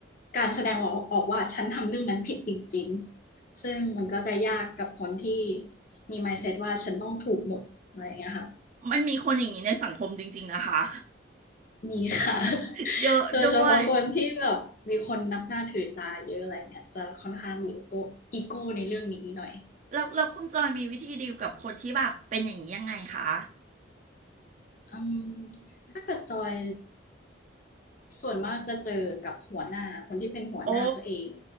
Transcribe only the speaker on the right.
มันมีคนอย่างนี้ในสังคมจริงๆนะคะ
<laughs> เยอะด้วย
แล้วแล้วคุณจอยมีวิธีดีลกับคนที่แบบเป็นอย่างนี้ยังไงคะ
โอ้